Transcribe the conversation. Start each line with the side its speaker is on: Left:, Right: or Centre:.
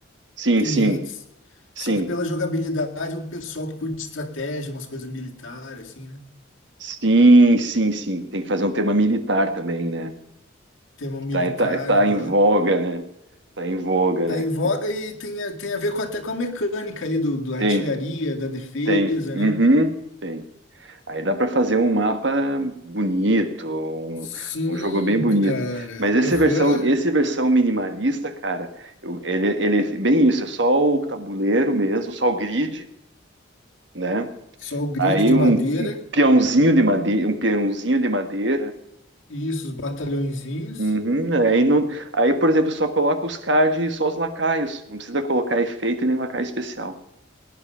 Right: sim,
Left: clientes,
Right: sim, sim,
Left: só que pela jogabilidade, um pessoal que curte estratégia, umas coisas militares, assim, né?
Right: sim, sim, sim. Tem que fazer um tema militar também, né?
Left: Tema militar,
Right: Tá, tá, tá
Left: aham.
Right: em voga, né? Tá em voga,
Left: Tá
Right: né?
Left: em voga e tem, a- tem a ver com, até com a mecânica ali do, do artilharia,
Right: Tem,
Left: da defesa,
Right: tem. Uhum,
Left: né?
Right: tem. Aí dá para fazer um mapa bonito, um,
Left: Sim,
Right: um jogo bem bonito.
Left: cara.
Right: Mas essa
Left: Aham.
Right: versão, esse versão minimalista, cara, eu- ele, ele é bem isso, é só o tabuleiro mesmo, só o grid, né?
Left: Só o grid
Right: Aí
Left: de
Right: um,
Left: madeira.
Right: um peãozinho de madeira, um peãozinho de madeira.
Left: Isso, os batalhõezinhos.
Right: Uhum, aí, não, aí, por exemplo, só coloca os cards e só os lacaios. Não precisa colocar efeito e nem lacaio especial.